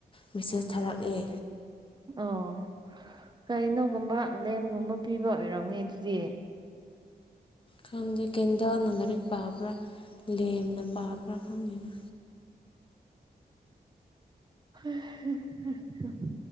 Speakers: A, on the left; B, on the right.
A: ꯃꯦꯁꯦꯁ ꯊꯥꯔꯛꯑꯦ
B: ꯑꯣ ꯀꯩꯅꯣꯒꯨꯝꯕ ꯂꯦꯝꯒꯨꯝꯕ ꯄꯤꯕ ꯑꯣꯏꯔꯝꯅꯤ ꯑꯗꯨꯗꯤ
A: ꯈꯪꯗꯦ ꯀꯦꯟꯗꯜꯅ ꯃꯔꯤꯛ ꯄꯥꯕ꯭ꯔꯥ ꯂꯦꯝꯅ ꯄꯥꯕ꯭ꯔꯥ ꯈꯪꯗꯦꯅ
B: <unintelligible>